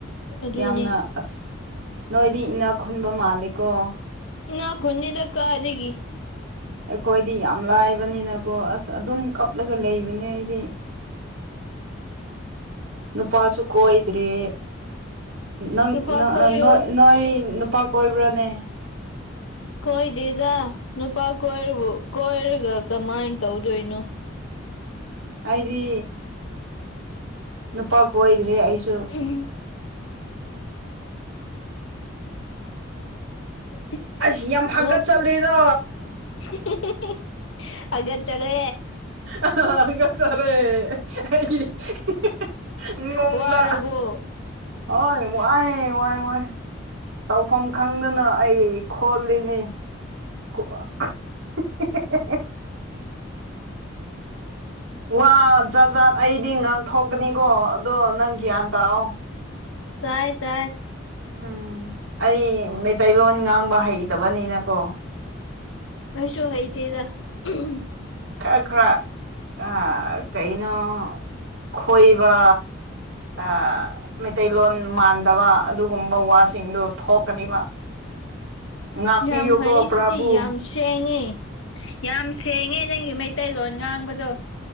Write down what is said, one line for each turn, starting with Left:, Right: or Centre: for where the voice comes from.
Left: ꯑꯗꯨꯅꯦ
Right: ꯌꯥꯝꯅ ꯑꯁ ꯅꯣꯏꯗꯤ ꯏꯅꯥꯛ ꯈꯨꯟꯕ ꯃꯥꯜꯂꯤꯀꯣ
Left: ꯏꯅꯥ ꯈꯨꯟꯗ‌ꯦꯗ ꯀꯥꯏꯗꯒꯤ
Right: ꯑꯩꯈꯣꯏꯗꯤ ꯌꯥꯝ ꯂꯥꯏꯕꯅꯤꯅꯀꯣ ꯑꯁ ꯑꯗꯨꯝ ꯀꯞꯂꯒ ꯂꯩꯕꯅꯦ ꯑꯩꯗꯤ ꯅꯨꯨꯄꯥꯁꯨꯨ ꯀꯣꯏꯗ꯭ꯔꯦ ꯅꯪ
Left: ꯅꯨꯄꯥ
Right: ꯅ
Left: ꯀꯣꯏꯌꯣ
Right: ꯅꯣꯏ ꯅꯣꯏ ꯅꯨꯄꯥ ꯀꯣꯏꯕ꯭ꯔꯥꯅꯦ
Left: ꯀꯣꯏꯗꯦꯗ ꯅꯨꯄꯥ ꯀꯣꯏꯔꯕꯨ ꯀꯣꯏꯔꯒ ꯀꯃꯥꯏꯅ ꯇꯧꯗꯣꯏꯅꯣ
Right: ꯑꯩꯗꯤ ꯅꯨꯄꯥ ꯀꯣꯏꯗ꯭ꯔꯦ ꯑꯩꯁꯨ
Left: <unintelligible> <inaudible>
Right: ꯑꯁ ꯌꯥꯝ ꯍꯒꯠꯆꯜꯂꯤꯗ
Left: ꯅꯣꯛ <unintelligible> ꯍꯒꯠꯆꯔꯦ
Right: ꯑꯍ ꯍꯒꯠꯆꯔꯦ ꯑꯩ ꯍꯤ ꯍꯤ ꯍꯤ ꯉꯣꯝꯗ
Left: ꯋꯥꯔꯕꯣ
Right: ꯍꯣꯏ ꯋꯥꯏ ꯋꯥꯏ ꯋꯥꯏ ꯇꯧꯐꯝ ꯈꯪꯗꯅ ꯑꯩ ꯈꯣꯜꯂꯤꯅꯤ ꯈꯣ <unintelligible> <unintelligible> ꯋꯥ ꯖꯥꯖꯥꯠ ꯑꯩꯗꯤ ꯉꯥꯡꯊꯣꯛꯀꯅꯤꯀꯣ ꯑꯗꯣ ꯅꯪ ꯒ꯭ꯌꯥꯟ ꯇꯥꯑꯣ
Left: ꯇꯥꯏ ꯇꯥꯏ
Right: ꯎꯝ ꯑꯩ ꯃꯩꯇꯩꯂꯣꯟ ꯉꯥꯡꯕ ꯍꯩꯇꯕꯅꯤꯅꯀꯣ
Left: ꯑꯩꯁꯨ ꯍꯥꯏꯇꯦꯗ ꯎꯝ
Right: ꯈꯔ ꯈꯔ ꯑ ꯀꯩꯅꯣ ꯈꯣꯏꯕ ꯑ ꯃꯩꯇꯩꯂꯣꯟ ꯃꯥꯟꯗꯕ ꯑꯗꯨꯒꯨꯝꯕ ꯋꯥꯁꯤꯡꯗꯨ ꯊꯣꯛꯀꯅꯤꯕ ꯉꯥꯛꯄꯤꯌꯨꯀꯣ
Left: ꯌꯥꯝ ꯍꯩꯁꯤꯗꯤ
Right: ꯄ꯭ꯔꯚꯨ
Left: ꯌꯥꯝ ꯁꯦꯡꯉꯦ ꯌꯥꯝ ꯁꯦꯡꯉꯦ ꯅꯪꯒꯤ ꯃꯩꯇꯩꯂꯣꯟ ꯉꯥꯡꯕꯗꯣ